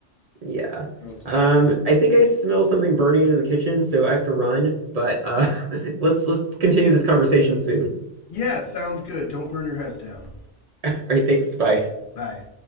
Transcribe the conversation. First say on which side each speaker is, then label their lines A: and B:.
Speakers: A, on the right; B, on the left.
A: yeah,
B: No, it's not.
A: um,
B: So...
A: I think I smell something burning in the kitchen, so I have to run. But uh, <laughs> let's let's continue this conversation soon.
B: Yeah, sounds good. Don't burn your house down.
A: All right, thanks. Bye.
B: Bye.